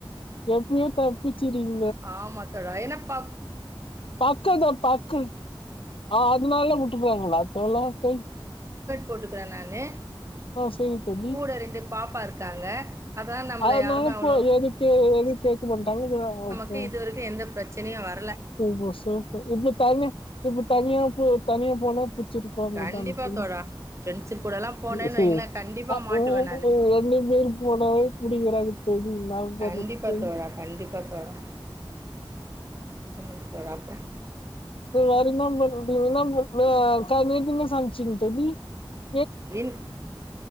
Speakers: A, on the left; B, on the right.
A: எப்டியோ தப்பிச்சிரீங்க
B: ஆமா தோழா என்னப்பா
A: பக்கோதா பக்கோ ஆ அதனாலல்லா விட்டுறாங்களா தோழா <unintelligible>
B: போட்டுக்கறே நானு
A: ஆ சரி தோழி
B: கூட ரெண்டு பாப்பா இருக்காங்க அதா நம்மள
A: அதனால
B: யாருமே
A: இப்ப
B: அவ்ளோ
A: எதுக்கு எது கேட்க மாட்டாங்க <unintelligible>
B: து இதுவரைக்கு எந்த பிர சனையு வர
A: ஓகோ ஸோ இப்ப தனியா இப்ப இப்ப தனியா இப்ப தனியா போ தனியா போனா வச்சிருப்பாங்க
B: கண்டிப்பா
A: தான தோழி
B: தோழா ஃப்ரெண்ட்ஸு கூடலா போனேன்னு
A: <unintelligible>
B: வைங்களே கண்டிப்பா மாட்டுவே
A: ஓ
B: நானு
A: என்ன பேர் போனாலே புடிக்கிறாங்க <unintelligible>
B: கண்டிப்பா
A: பண்றது தோழி
B: தோழா கண்டிப்பா தோழா இ தராப்ப
A: ஒரு வார நா <unintelligible> சமைச்சுபுட்ட நீ
B: நேத்